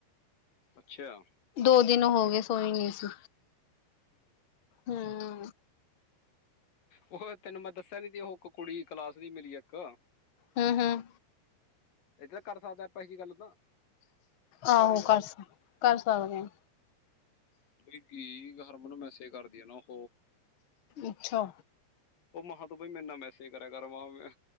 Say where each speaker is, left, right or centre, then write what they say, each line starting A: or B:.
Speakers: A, on the left (about 50°); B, on the left (about 85°).
A: ਅੱਛਾ
B: ਦੋ ਦਿਨ ਹੋ ਗਏ ਸੋਈ ਨਹੀਂ ਸੀ! ਹਮ।
A: ਉਹੇ ਤੈਨੂੰ ਮੈਂ ਦੱਸਿਆ ਨੀ ਸੀ ਉਹ ਇੱਕ ਕੁੜੀ ਕਲਾਸ ਦੀ ਮਿਲੀ ਇੱਕ
B: ਹਮ-ਹਮ
A: ਇੱਧਰ ਕਰ ਸਕਦਾ ਹਾ ਆਪਾਂ ਇਹੀ ਜੀ ਗੱਲ ਤਾਂ
B: ਆਹੋ,
A: ਨਹੀਂ ਸਕਦੇ
B: ਕਰ ਕਰ ਸਕਦੇ ਆ
A: ਬਈ ਕੀ ਹਰਮਨ ਮੈਸੇਜ ਕਰਦੀ ਆ ਨਾ ਓ
B: ਅੱਛਾ
A: ਉਹ ਮਾਂ ਤੂੰ ਬਾਈ ਮੈਨਾ ਨਾ ਮੈਸੇਜ ਕਰਿਆ ਕਰ ਮਹਾਂ